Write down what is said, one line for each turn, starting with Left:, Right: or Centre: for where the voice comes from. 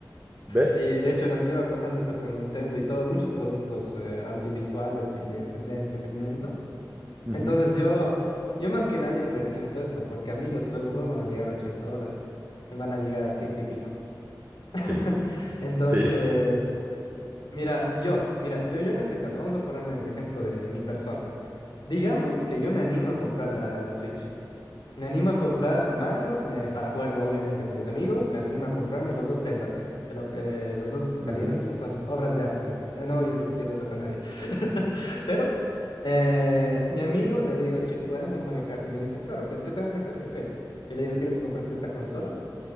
Right: ¿Ves?
Left: Y, de hecho, nos lleva pasando eso con Nintendo y todo, muchos productos eh, audiovisuales y entre- de entretenimiento.
Right: Ujú,
Left: Entonces, yo, yo más que nadie resiento esto, porque a mí los juegos no me van a llegar a 80 dólares, me van a llegar a ciento y pico. <laughs>
Right: Sí,
Left: Entonces,
Right: sí.
Left: mira, yo, mira, yo, yo en este caso, vamos a ponerme el ejemplo de mi persona. Digamos que yo me animo a comprar la, la Switch. Me animo a comprar Mario eh, para jugarlo, obviamente, con mis amigos. Me animo a comprarme los dos Zeldas que hay, de lo que, los dos que salieron
Right: <laughs> ujú.
Left: y que son obras de arte. ent- No no voy a discutir de eso con nadie. <laughs> Pero eh, mi amigo le digo, che, jugaremos Mario Kart. Y me dice, claro, ¿qué, qué tengo que hacer? Y yo, ok. Y le digo, tienes que comprarte esta consola